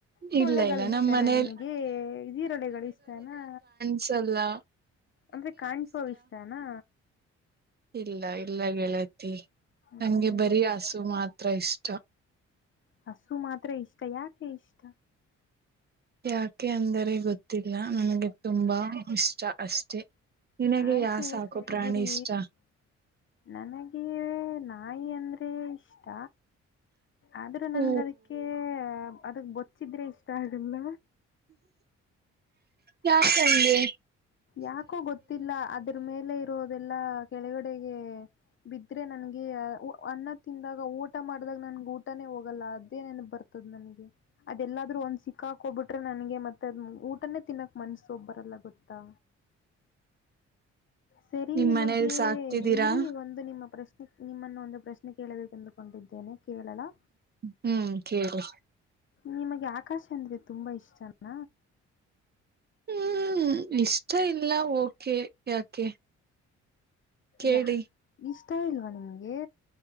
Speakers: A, on the left (about 40°); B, on the right (about 35°).
A: ಸೊಳ್ಳೆಗಳು
B: ಇಲ್ಲ ಇಲ್ಲ
A: ಇಷ್ಟನ
B: ನಮ್ಮ್ ಮನೇಲಿ
A: ನಿಮ್ಗೆ ಜಿರುಳೆಗಳು ಇಷ್ಟನಾ
B: ಇಷ್ಟಇಲ್ಲಾ
A: ಅಂದ್ರೆ ಕಾಣ್ಸೋ ಇಷ್ಟನಾ
B: ಇಲ್ಲ ಇಲ್ಲ ಗೆಳತಿ
A: ಹ್ಮ್
B: ನಂಗೆ ಬರಿ ಹಸು ಮಾತ್ರ ಇಷ್ಟ
A: ಹಸು ಮಾತ್ರ ಇಷ್ಟ ಯಾಕೆ ಇಷ್ಟ
B: ಯಾಕೆ ಅಂದರೆ ಗೊತ್ತಿಲ್ಲ ನನಗೆ ತುಂಬಾ ಇಷ್ಟ ಅಷ್ಟೆ ನಿನಗೆ
A: ಆಯ್ತು
B: ಯಾ ಸಾಕು
A: ಸರಿ
B: ಪ್ರಾಣಿ
A: ಬಿಡಿ
B: ಇಷ್ಟ
A: ನನಗೆ ನಾಯಿ ಅಂದ್ರೆ ಇಷ್ಟ ಆದ್ರೂ ನನ್ಗ
B: ಓ
A: ಅದಕ್ಕೆ ಅದಕ್ ಬೊಚ್ಚಿದ್ರೆ ಇಷ್ಟ ಆಗಲ್ಲ
B: ಯಾಕೆ ಹಂಗೆ
A: ಯಾಕೋ ಗೊತ್ತಿಲ್ಲ ಅದ್ರ ಮೇಲೆ ಇರೋದೆಲ್ಲಾ ಕೆಳಗಡೆಗೆ ಬಿದ್ರೆ ನನ್ಗೆ ಅನ್ನ ತಿಂದಾಗ ಊಟ ಮಾಡ್ದಾಗ ನನ್ಗೆ ಊಟಾನೇ ಹೋಗಲ್ಲ ಅದೇ ನೆನಪ್ ಬರ್ತ ನನಗೆ ಅದೆಲ್ಲ ಆದ್ರ ಒಂದ ಸಿಕ್ಕಾಗಿಬಿಟ್ಟರೆ ನನ್ ಮತ್ತೆದ್ ಊಟನೇ ತಿನ್ನಕ್ ಮನ್ಸ ಬರಲ್ಲ ಗೊತ್ತ ಗೊತ್ತಾ ಸರಿ
B: ನಿಮ್
A: ನಿಮಗೆ
B: ಮನೇಲ್ ಸಾಕ್ತಿದ್ದೀರಾ
A: ಇರಿ ಒಂದು ನಿಮ್ಮ ಪ್ರಶ್ನೆ ನಿಮ್ಮನ್ನು ಒಂದು ಪ್ರಶ್ನೆ ಕೇಳಬೇಕೆಂದುಕೊಂಡಿದ್ದೇನೆ ಕೇಳಲಾ?
B: ಹ್ಮ ಹ್ಮ್ ಕೇಳಿ
A: ನಿಮಗೆ ಆಕಾಶ ಅಂದ್ರೆ ತುಂಬಾ ಇಷ್ಟಾನ
B: ಹ್ಮ್ ಇಷ್ಟ ಇಲ್ಲ ಓಕೆ ಯಾಕೆ ಕೇಳಿ
A: ಯಾ ಇಷ್ಟ ಇಲ್ವಾ ನಿಮ್ಗೆ